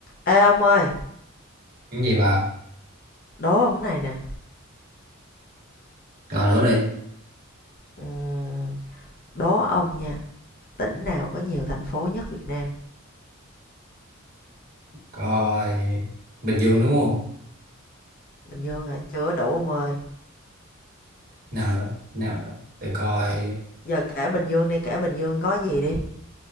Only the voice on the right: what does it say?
Cái gì bà?
Rồi đố đi.
Coi Bình Dương đúng không?
Nào nữa, nào nữa. Để coi